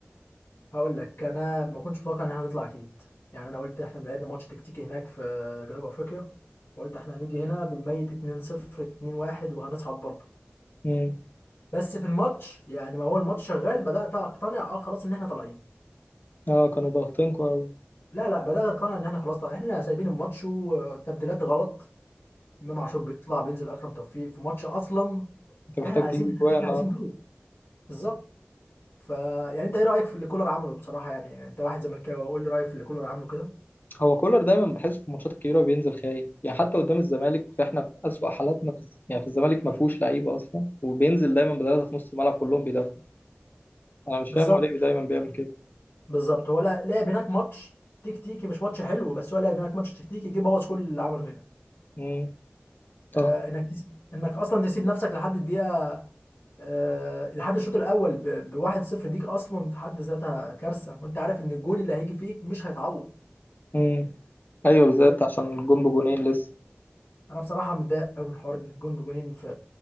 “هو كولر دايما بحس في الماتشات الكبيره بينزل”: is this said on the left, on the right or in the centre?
Left